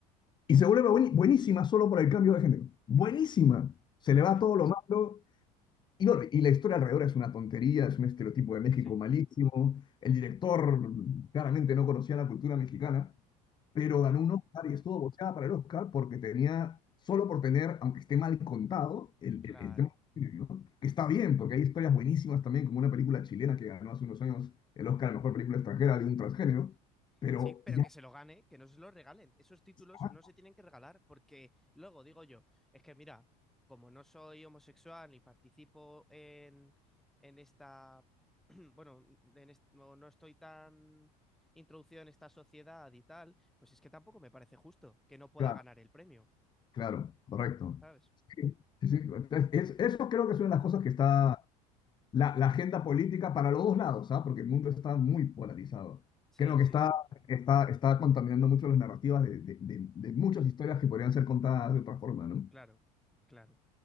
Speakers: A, on the left; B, in the centre.
A: y se vuelve bueni- buenísima solo por el cambio de género. Buenísima. Se le
B: sí,
A: va todo lo malo y, bueno, y la historia alrededor es una tontería, es un estereotipo de México
B: sí,
A: malísimo. El director claramente no conocía la cultura mexicana, pero
B: hombre,
A: ganó un Oscar y estuvo boceada para el Oscar porque tenía, solo por tener, aunque esté mal contado, el,
B: claro,
A: el- el tema, ¿no? Que está bien, porque hay historias buenísimas también, como una película chilena que ganó hace unos años el Oscar a la mejor película extranjera de un transgénero, pero
B: sí, pero
A: ya
B: que se lo gane, que no se lo regalen. Esos títulos
A: está,
B: no se tienen que regalar porque luego digo yo, es que mira, como no soy homosexual ni participo en, en esta, <clears throat> bueno, en est- no, no estoy tan introducido en esta sociedad y tal, pues es que tampoco me parece justo que no pueda
A: claro,
B: ganar el premio,
A: claro, correcto.
B: ¿sabes?
A: Sí, sí, sí, Entonces, es- eso creo que es una de las cosas
B: Ujú.
A: que está la, la agenda política para los dos lados, ¿ah? Porque el mundo está muy polarizado.
B: Sí,
A: Creo que
B: sí,
A: está,
B: sí,
A: está, está contaminando mucho las narrativas de, de- de- de muchas historias que podrían ser contadas de otra forma, ¿no?
B: claro, claro.